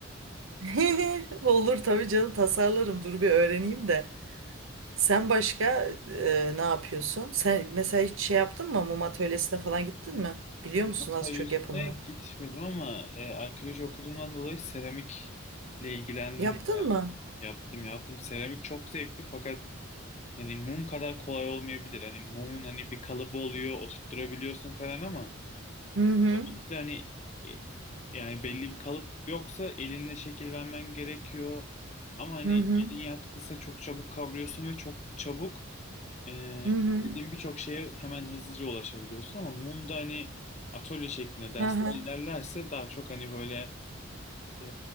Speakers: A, on the right; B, on the left.
A: <laughs> Olur tabii canım tasarlarım. Dur bir öğreneyim de. Sen başka e, ne yapıyorsun? Sen mesela hiç şey yaptın mı? Mum atölyesine falan gittin mi? Biliyor musun
B: Antalya
A: az çok
B: üstüne
A: yapımını?
B: gitmedim ama e, arkeoloji okuduğumdan dolayı seramikle ilgilendim.
A: Yaptın mı?
B: Yaptım yaptım. Seramik çok zevkli fakat hani mum kadar kolay olmayabilir. Hani mumun hani bir kalıbı oluyor, oturtturabiliyorsun falan ama
A: Hı hı.
B: işte hani e, yani belli bir kalıp yoksa elinle şekil vermen gerekiyor. Ama hani
A: Hı hı.
B: elin yatkınsa çok çabuk kavruyorsun ve çok çabuk e,
A: Hı hı.
B: istediğin birçok şeye hemen hızlıca ulaşabiliyorsun ama mumda hani atölye şeklinde dersler
A: Hı hı.
B: ilerlerse daha çok hani böyle e,